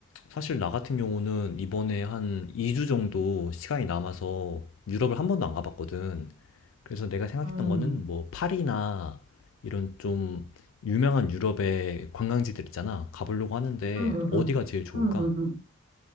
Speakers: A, on the left; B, on the right.
A: 사실 나 같은 경우는 이번에 한 2주 정도 시간이 남아서 유럽을 한 번도 안 가봤거든. 그래서 내가 생각했던
B: 음,
A: 거는 뭐 파리나 이런 좀 유명한 유럽의 관광지들 있잖아. 가보려고 하는데
B: 음, 음,
A: 어디가
B: 음,
A: 제일 좋을까?
B: 음, 음. 음.